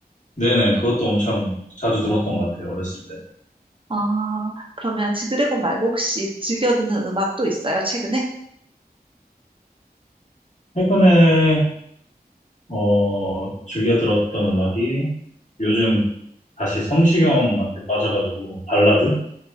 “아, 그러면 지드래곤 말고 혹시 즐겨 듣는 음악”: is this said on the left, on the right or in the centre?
Right